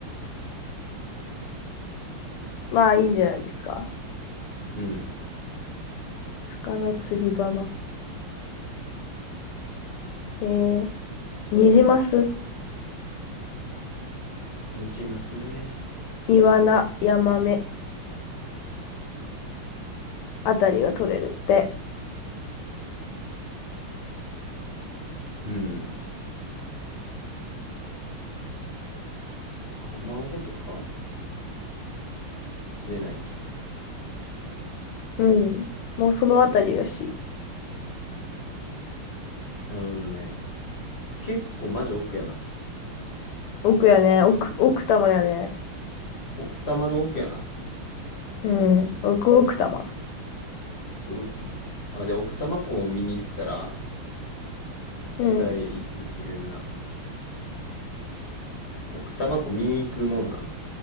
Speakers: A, on the left (about 85°); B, on the left (about 45°).
A: まあ、いいんじゃないですか。
B: うん。
A: 魚釣り場ま。えー、ニジマス、
B: にじますね。
A: イワナ、ヤマメあたりが取れるって。
B: うん。アマゴとか釣れないのか。
A: うん。もうそのあたりらしい。
B: なるほどね。結構マジ奥やな。
A: 奥やね。奥、奥多摩やね。
B: 奥多摩の奥やな。
A: うん。奥奥多摩。
B: すごいっすね。あ、で、奥多摩湖も見に行ったら、
A: うん。
B: 絶対いろいろ見れるな。奥多摩湖見に行くもんなん